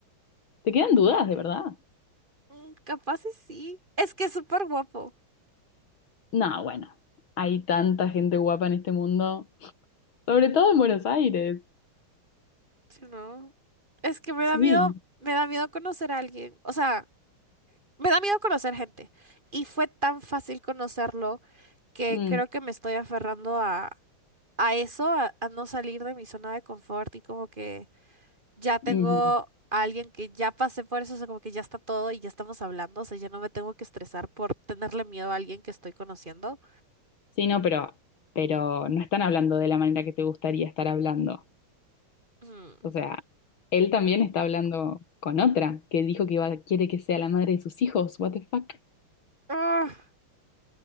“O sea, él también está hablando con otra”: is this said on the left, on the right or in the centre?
Left